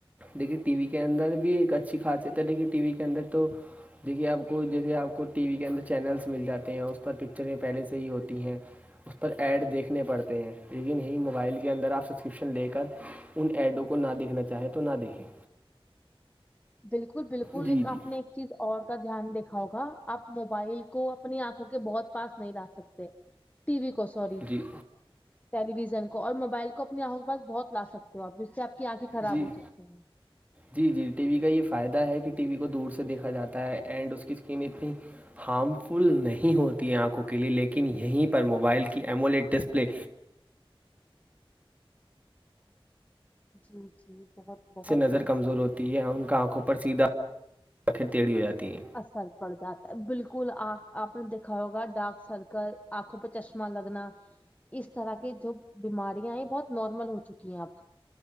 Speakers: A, on the right; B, on the left.
A: دیکھیے ٹی وی کے اندر بھی ایک اچھی خاصیت ہے دیکھیے ٹی وی کے اندر تو دیکھیے آپ کو جیسے آپ کو ٹی وی کے اندر چینلس مل جاتے ہیں اس پر پکچریں پہلے سے ہی ہوتی ہیں اس پر ایڈ دیکھنے پڑتے ہیں لیکن یہی موبائل کے اندر آپ کرپشن لے کر ان ایڈوں کو نہ دیکھنا چاہے تو نہ دیکھیں
B: بالکل بالکل
A: جی
B: ایک آپ
A: جی
B: نے چیز اور کا دھیان دیکھا ہوگا آپ موبائل کو اپنی آنکھوں کے بہت پاس نہیں لا سکتے ٹی وی کو سوری
A: جی
B: ٹیلی ویژن کو اور موبائل کو اپنی آنکھوں کے پاس بہت ل سکتے ہو آپ جس سے آپ کی آنکھیں خراب
A: جی
B: ہو سکتی ہیں
A: جی جی ٹی وی کا یہ فائدہ ہے کہ ٹی وی کو دور سے دیکھا جاتا ہے اینڈ اس کی اسکرین اتنی ہارم فل نہیں ہوتی ہے آنکھوں کے لیے لیکن یہیں پر موبائل کی ایمولیٹ ڈسپلے
B: جی جی بہت بہت
A: سے نظر
B: صحیح
A: کمزور
B: فرمایا
A: ہوتی ہے اور ان کا آنکھوں پر سیدھا آخر ٹیڑھی ہو جاتی ہیں
B: اثر پڑ جاتا ہے بالکل آ آپ نے دیکھا ہوگا ڈارک سرکل آنکھوں پہ چشمہ لگنا اس طرح کی جو بیماریاں ہیں بہت نارمل ہو چکی ہیں اب